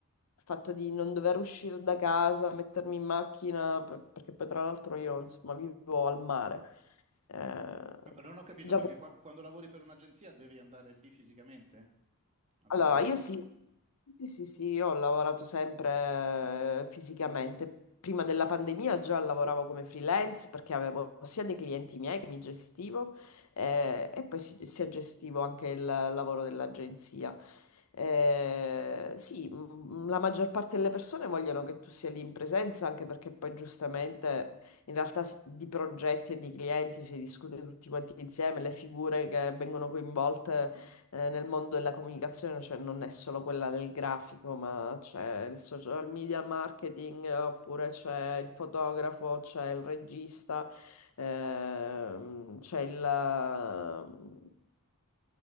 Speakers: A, on the left; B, on the right.
A: il fatto di non dover uscire da casa, mettermi in macchina, per- perché poi tra l'altro io, insomma, vivo al mare. Eh,
B: Ah, però Non ho capito
A: già
B: perché qua- quando lavori per un'agenzia devi andare lì fisicamente a
A: Allora,
B: lavorare.
A: io sì, sì, sì, sì, io ho lavorato sempre eh, fisicamente. Prima della pandemia già lavoravo come freelance perché avevo sia dei clienti miei che mi gestivo eh, e poi si, sia gestivo anche il lavoro dell'agenzia. Eh, sì, mm, la maggior parte delle persone vogliono che tu sia lì in presenza anche perché poi giustamente in realtà si- di progetti e di clienti si discute tutti quanti insieme, le figure che vengono coinvolte eh, nel mondo della comunicazione, cioè non è solo quella del grafico, ma c'è il social media marketing, eh, oppure c'è il fotografo, c'è il regista, ehm, c'è il... eh,